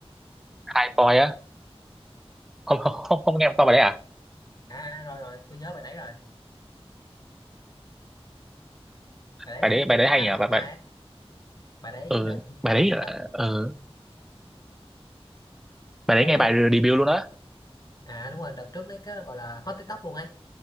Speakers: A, in the centre; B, on the left.
A: High Point á không không không, không nghe qua bài đấy à
B: À à, rồi rồi tôi nhớ bài đấy rồi. Bài đấy
A: bài đấy
B: nghe
A: bài
B: cũng
A: đấy hay
B: khá
A: nhỉ
B: là bắt
A: bài
B: tai
A: bài
B: ấy. Bài đấy
A: ừ,
B: đợt
A: bài đấy
B: đợt
A: là ừ, bài đấy
B: bài
A: nghe
B: đấy
A: bài
B: một
A: debut luôn á
B: à đúng rồi đợt trước đấy cái gọi là hot TikTok luôn ấy.